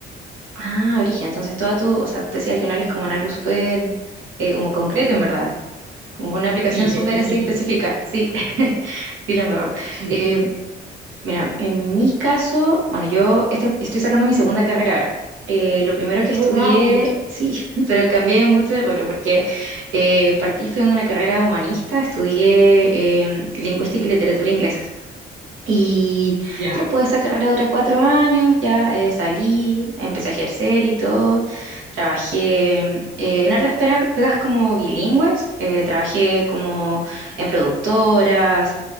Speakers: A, on the right (about 80°); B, on the right (about 55°).
A: Ah, Brigia, entonces toda tu, o sea, tu tesis al final es como en algo súper, eh, como concreto en verdad, como con una aplicación
B: Sí,
A: súper
B: específico.
A: así específica, sí, <laughs> dile en verdad.
B: Sí.
A: Em, Mira, en mi caso, bueno, yo este- estoy sacando mi segunda carrera ahora. Eh, lo primero que
B: Oh,
A: estudié,
B: wow.
A: sí, <laughs> pero cambié mucho de rubro porque eh, partí estudiando una carrera humanista, estudié em, lingüística y literatura inglesas. Y
B: Ya.
A: ya pues esa carrera dura cuatro años, ya eh, salí, empecé a ejercer y todo. Trabajé eh, en hartas pera- pegas como bilingües, eh, trabajé como en productoras,